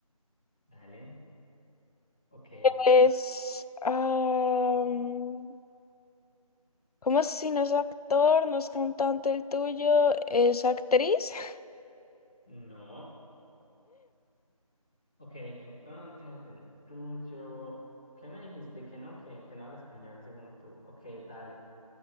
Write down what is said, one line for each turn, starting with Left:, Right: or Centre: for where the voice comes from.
Centre: Dale. Ok.
Left: Es... am, ¿Cómo si no es actor, no es cantante el tuyo, es actriz? <laughs>
Centre: No. Ok, entonces el tuyo. ¿Qué me dijiste? Que no, que, que no habla español según tú. Ok, dale.